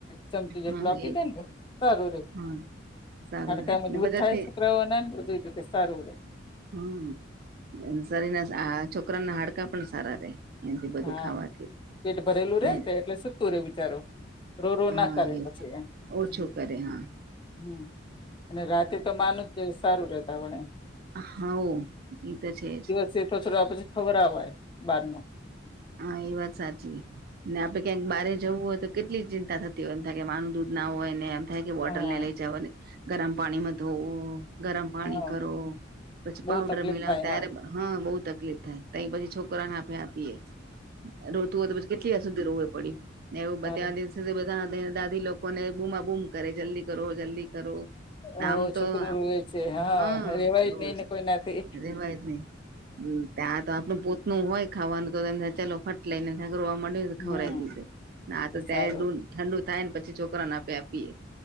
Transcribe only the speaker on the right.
હા
એ
હા સારું
ને બધાથી
હમ્મ એમ શરીર ના છોકરાના હાડકા પણ સારા રે એથી બધું
ખાવાથી
ને
હા
એ
ઓછું
કરે હા
હ એ તો છે જ.
હા એ વાત સાચી ને આપડે ક્યાંક બારે જવું હોય તો કેટલી ચિંતા થતી હોય એમ થાય કે માનું દૂધ ના હોય ને એમ થાય કે બોટલ
ને લઇ જવાને ગરમ પાણીમાં ધોવો ગરમ પાણી
કરો પછી
પાઉડર
મિલાવો
ત્યારે હા બહુ તકલીફ થાય તય બધે છોકરાને આપડે આપીએે. રોતું હોય તો પછી કેટલી વા સુધી રોવે પડી ને એવું બધા
દાદી લોકોને બુમા બૂમ કરે જલ્દી કરો જલ્દી કરો.
આમ તો
હા
છે રેવાય જ નહી હમ્મ. ત્યાં તો આપણું પોતનુ હોય ખાવાનું તો ચાલો ફટ લઈ <unintelligible> ઈ
ખવરાવી દઇશે તો ત્યારે
દૂધ ઠંડુ થાય ને પછી છોકરાને આપે આપીએે.